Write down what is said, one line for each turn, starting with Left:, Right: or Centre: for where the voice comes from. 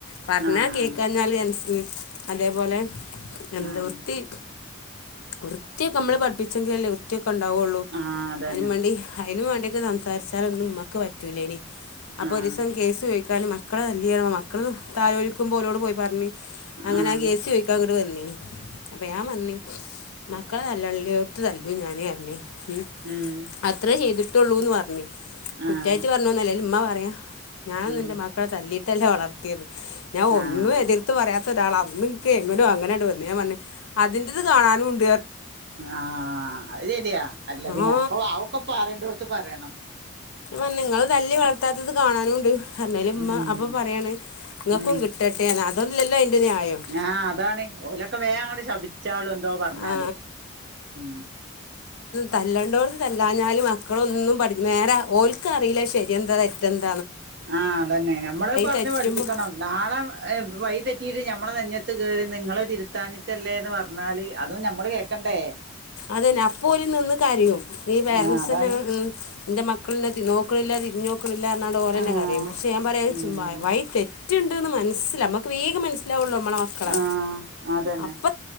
Left: പറഞ്ഞാൽ
Right: ആഹ് ആഹ്
Left: കേക്കാഞ്ഞാല് അതേപോലെ എന്താ
Right: ആഹ്
Left: വൃത്തി- വൃത്തിയൊക്കെ നമ്മള് പഠിപ്പിച്ചെങ്കിലും അല്ലേ വൃത്തിയൊക്കെ ഉണ്ടാവുള്ളൂ
Right: ആഹ് അതന്നെ
Left: അതിന് വേണ്ടി അതിന് വേണ്ടി സംസാരിച്ചാലൊന്നുംക്ക് പറ്റല ഇനി അപ്പോൊ
Right: ആഹ്
Left: ഒരുസം കേ ചോദിക്കാലും മ മക്കളെ നല്ല മക്കളും താൊ ഒരു നക്കും പോലോട് പോയി പറഞ്ഞഞ് അങ്ങനെ
Right: ആഹ് ആഹ്
Left: ഗ എ സി ചോയ്ിക്കാങ്ങോട്ട് വന്നി അപ്പൊ ഞാൻ വന്നി മക്കളെ തല്ലള്ളോർത്ത് തല്ലു ഞാനേ പറഞ്ഞേ ഉ
Right: ഉം
Left: അത്രേ ചെയ്തിട്ടുള്ളൂന്ന് പറഞ്ഞേ കുറ്റാ്ു
Right: ആഹ്
Left: പറഞ്ഞുന്നല്ലേ ഉമ്മ പറയാം ഞാനൻൊന്ന്
Right: ഉം
Left: എന്റെ മക്കളെ തല്ലിട്ടല്ലേ വളർത്തിയത് ഞാൻ
Right: ആഹ്
Left: ഒന്നും എതിർത്ത് പറയാത്ത ഒരാൾ അന്നും എനും അങ്ങനെയട്ട വു ഞാൻ പറ അതിന്റത് കാണാനുംണ്ട്
Right: ആഹ അത് ശരിയാ അല്ല
Left: ആ
Right: പിന്നെ അപ്പൊ അവൊക്കെ പറണ്ടോടുത്ത് പറയണം
Left: അ നിങ്ങള്ൾ തല്ലി വളർത്താത്തത് കാണാനുംുണ്ട് പറഞ്ഞല്മ്മ
Right: ഉം
Left: അപ്പൊ പറയാണ് നിങ്ങൾക്കും
Right: ഉം
Left: കിട്ടട്ടെ എന്ന് അതൊന്നുമല്ലല്ലോ അതിൻ്റെ ന്യായം
Right: ആ അതാണ് ഓലൊക്കെ വേ അങ്ങ ശപ ച്ച എന്തോ പറഞ്ഞാല്
Left: ആ
Right: ഉ
Left: തല്ലണ്ടോടന്ന് തല്ലാഞ്ഞാല് മക്കളൊന്നും പഠ നേരെ ഓല്ക്ക അറിയില്ല ശരിയ എന്താ തെറ്റന്ത
Right: ആഹ അതന്നെ ഞമ്മള് പറഞ്ു
Left: തെറ്റുമ്പോൾ
Right: പഠിപ്പിക്കണം നാളെ വൈതെറ്റി കറ്റീട്ട നമ്മള് നന്നയത്ത് കേയറി നിങ്ങള്ൾ തിരുത്താഞ്ഞിട്ടല്ലേ എന്ന് പറഞ്ഞാല് അതും നമ്മള് കേക്കണ്ടേ
Left: അതന്നെ അപ്പോലും നിന്ന് കരും ഈ പേരൻറ്സെ
Right: ആഹ് അതാണ്
Left: എന്റെ മക്കളെ നോക്കില്ല തിരി നോക്കണില്ല എന്നാണ് ോഓരന്നെറിയം
Right: ആഹ്
Left: പക്ഷെ ഞാൻ പറയാ
Right: ഉം
Left: വൈ തെറ്റുണ്ട് മനസ നമ്മക്ക് വേഗം മനസിലാവുള്ളു നമ്മളെ മക്കളെ
Right: ആഹ് അതന്നെ
Left: അപ്പ